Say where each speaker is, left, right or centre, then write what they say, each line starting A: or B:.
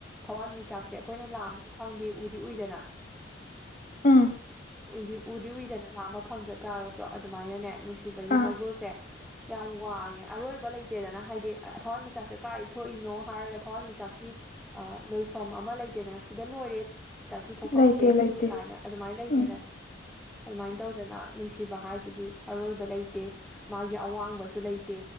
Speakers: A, in the centre; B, on the left.
A: ꯊꯋꯥꯟꯃꯤꯆꯥꯛꯁꯦ ꯑꯈꯣꯏꯅ ꯂꯥꯝꯕꯗꯤ ꯐꯪꯗꯦ ꯎꯗꯤ ꯎꯏꯗꯅ <inaudible>
B: ꯎꯝ
A: ꯎꯏꯗꯤ ꯎꯗꯤ ꯎꯏꯗꯅ ꯂꯥꯝꯕ ꯐꯪꯗ ꯇꯥꯔꯒꯁꯨ ꯑꯗꯨꯃꯥꯏꯅꯅꯦ ꯅꯨꯡꯁꯤꯕꯒꯤ
B: ꯑꯥ
A: ꯃꯒꯨꯜꯁꯦ ꯌꯥꯝ ꯋꯥꯡꯉꯦ ꯑꯔꯣꯏꯕ ꯂꯩꯇꯦꯗꯅ ꯍꯥꯏꯗꯤ ꯊꯋꯥꯟꯃꯤꯆꯥꯛꯁꯦ ꯀꯥꯏ ꯊꯣꯛꯏꯅꯣ ꯍꯥꯏꯔꯒ ꯊꯋꯥꯟꯃꯤꯆꯥꯛꯀꯤ ꯑ ꯂꯣꯏꯐꯝ ꯑꯃ ꯂꯩꯇꯦꯗꯅ ꯁꯤꯗ ꯂꯣꯏꯔꯦ ꯆꯛꯀꯤ ꯊꯣꯛꯐꯝꯁꯦ
B: ꯂꯩꯇꯦ ꯂꯩꯇꯦ
A: ꯀꯥꯏꯅ ꯑꯗꯨꯃꯥꯏ ꯂꯩꯇꯦꯗꯅ
B: ꯎꯝ
A: ꯑꯗꯨꯝꯃꯥꯏ ꯇꯧꯗꯅ ꯅꯨꯡꯁꯤꯕ ꯍꯥꯏꯁꯤꯗꯤ ꯑꯔꯣꯏꯕ ꯂꯩꯇꯦ ꯃꯥꯒꯤ ꯑꯋꯥꯡꯕꯁꯨ ꯂꯩꯇꯦ